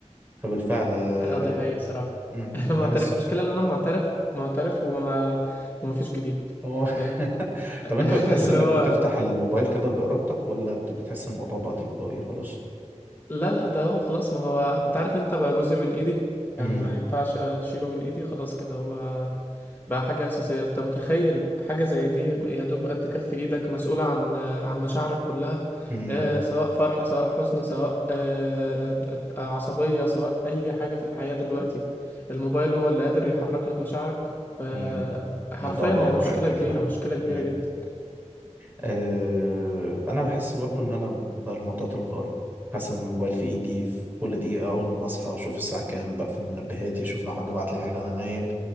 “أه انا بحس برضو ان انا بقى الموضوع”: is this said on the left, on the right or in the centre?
Right